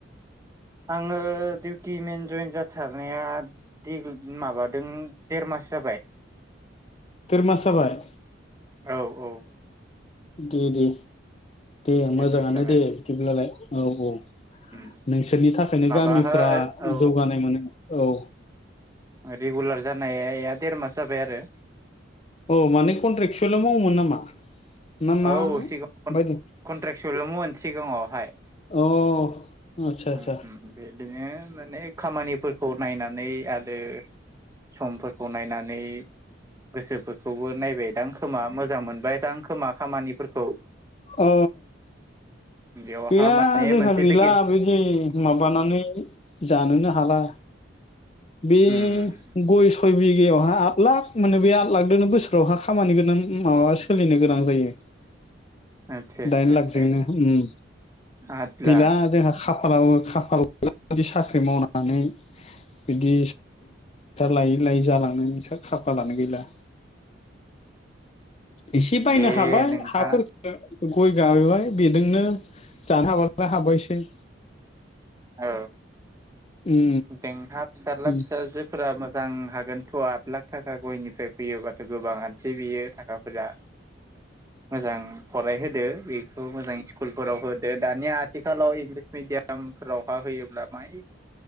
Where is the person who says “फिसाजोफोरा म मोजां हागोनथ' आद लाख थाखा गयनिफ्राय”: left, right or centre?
Right